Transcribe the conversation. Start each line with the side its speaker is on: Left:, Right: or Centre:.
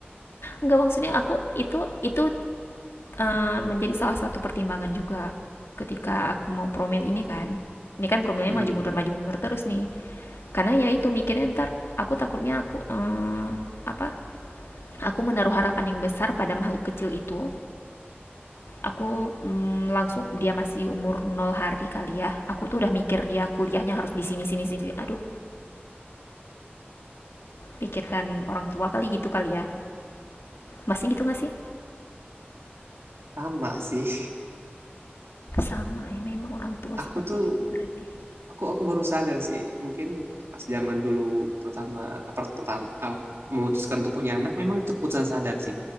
Left: Nggak maksudnya aku itu itu uh, menjadi salah satu pertimbangan juga ketika aku mau promil ini kan. Ini kan promilnya
Right: Hmm.
Left: maju mundur maju mundur terus nih. Karena ya itu mikirnya ntar aku takutnya aku eh, apa? Aku menaruh harapan yang besar pada makhluk kecil itu. Aku mm, langsung dia masih umur nol hari kali ya. Aku tuh udah mikir dia kuliahnya harus di sini sini sini. Aduh, pikirkan orang tua kali gitu kali ya masih gitu nggak sih?
Right: Sama sih.
Left: Sama ya memang orang tua
Right: Aku
Left: seperti
Right: tuh
Left: itu berarti.
Right: aku aku baru sadar sih, mungkin pas zaman dulu pertama apa, pertama ah, memutuskan untuk punya anak memang itu keputusan sadar sih.